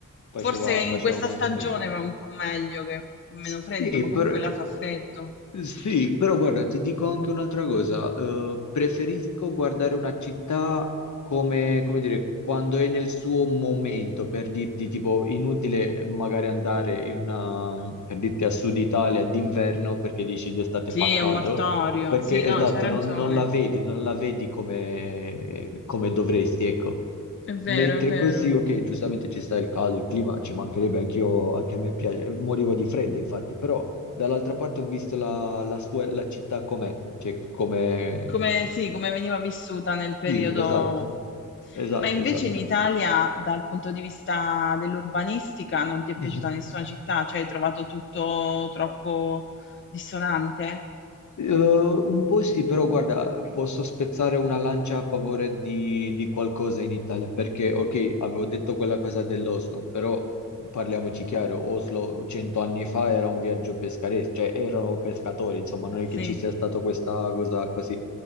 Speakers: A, on the left (about 60°); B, on the left (about 40°).
A: faceva,
B: Forse in
A: faceva
B: questa
A: molto
B: stagione
A: freddo.
B: va un po' meglio che meno
A: Sì,
B: freddo, ma comunque
A: però...
B: là fa freddo.
A: Sì, però guarda, ti dico anche un'altra cosa. eh, preferisco guardare una città come, come dire, quando è nel suo momento, per dirti, tipo, inutile magari andare in una, per dirti a Sud Italia d'inverno perché dici d'estate
B: Sì,
A: fa
B: è
A: caldo,
B: un mortorio.
A: perché
B: Sì, no,
A: esatto,
B: c'hai ragione.
A: non, non la vedi, non la vedi come, come dovresti, ecco.
B: È vero,
A: Mentre
B: è vero.
A: così, ok, giustamente ci sta il caldo, il clima, ci mancherebbe, anch'io, anche a me piace, morivo di freddo infatti, però dall'altra parte ho visto la, la sua, la città com'è, cioè come...
B: Come, sì, come veniva vissuta nel periodo...
A: Sì, esatto, esatto,
B: Ma invece
A: esatto.
B: in Italia, dal punto di vista dell'urbanistica, non ti è
A: Mhm.
B: piaciuta nessuna città? Cioè hai trovato tutto troppo dissonante?
A: Eh, un po' sì, però guarda, posso spezzare una lancia a favore di, di qualcosa in Italia, perché ok, avevo detto quella cosa dell'Oslo, però parliamoci chiaro, Oslo cento anni fa era un viaggio pescaresco, cioè erano pescatori, insomma, non è
B: Sì,
A: che ci sia stata questa cosa così.